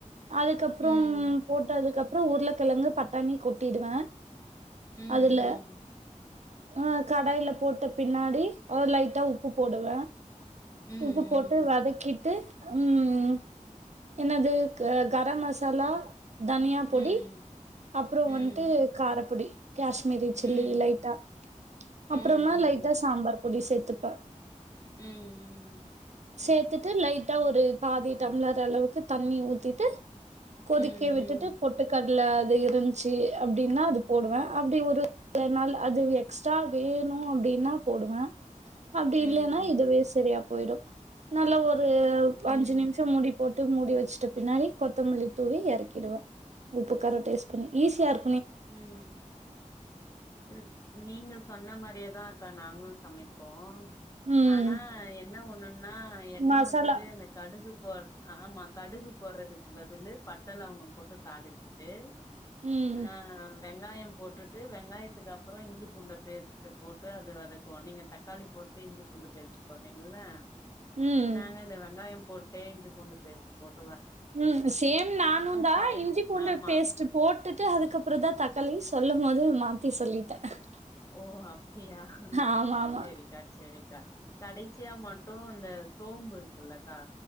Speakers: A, on the right (about 60°); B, on the left (about 25°).
A: அதுக்கப்புறோம்
B: ம்
A: போட்டதுக்கப். அப்புறோ உருளக்கெழங்கு பட்டாணி கொட்டிடுவ.
B: ம்
A: அதுல ஆஹ கடையிலப். போட்ட பின்னாடி அத லைட்டா உப்பு போடுவ.
B: ம்
A: உப்பு போட்டு வதக்கிட்டு. உம் என்னது. கரம் மசாலா. தன்யா
B: ம்
A: பொடி
B: ம்
A: அப்புறோ
B: ம்
A: வந்துட்டு காரப்பொடி. காஷ்மீரி சில்லி
B: ம் ம்
A: லைட்டா
B: ம்
A: அப்புறமா லைட்டா சாம்பார். பொடி சேத்துப்ப.
B: உம் உம்.
A: சேர்த்துட்டு லைட்டா ஒரு பாதி டம்ளர் அளவுக்கு தண்ணி ஊத்தி. கொதிக்க
B: ம் ம் ம் ம்
A: விட்டுட்டு பொட்டுக்கடல. ல அது இருந்துச்சு அப்படின்னா அது போடுவ அப்படி ஒரு சில நாள் அது எக்ஸ்ட்ரா வேணு அப்படின்னா போடுவ. அப்படி
B: ம் ம்
A: இல்லைன்னா இதுவே செரியா போயிடு. நல்ல ஒரு. ஒரு
B: ம் ம்
A: அஞ்சு நிம்ஷோ
B: ம்
A: மூடி. போட்டு மூடி வச்சுட்டு. பின்னாடி கொத்தமல்லி தூவி இறக்கிடுவோ. உப்பு காரோ டேஸ்ட் பண்ணி ஈஸியா இரு.
B: உம் உம் நீங்க சொன்ன மாரியேதா. க்கா நாங்களு சமைப்போ.
A: ம்
B: ஆனா என்ன ஒண்ணு. னா எண்ண
A: மசாலா
B: ஊத்திட்டு இந்த கடுகுப். போர் ஆமா கடுகு போடுறதுக்கு பதிலு பட்டயிலவங்கோ போட்டு தாளிச்சிட்டு
A: ம்
B: ஹாவெங்காயம் போட்டுட்டு வெங்காயத்துகபற இஞ்சி பூண்டு பேஸ்ட் போட்டு அது வதகுவோ நீங்க தக்காளி போட்டு இஞ்சி பூண்டு பேஸ்ட் போட்றிங்கல்ல
A: ம்
B: நாங்க இந்த வெங்காயம் போட்டு இஞ்சு பூண்டு பேஸ்ட் போட்
A: ம் சேம் நானு தா
B: ஃபை
A: இஞ்சி பூண்டு
B: ஆமா
A: பேஸ்ட் போட்டுட்டு அதுக்கப் ப்றதா தக்காளி சொல்லு போதோ மாத்தி சொல்லிடேன் ஹ
B: ஓ அப்டியா
A: ஆமாமா.
B: செரிக்கா செரிக்கா கடச்சியா மட்டு அந்த சோம்புயிருக்குல்ல த்தா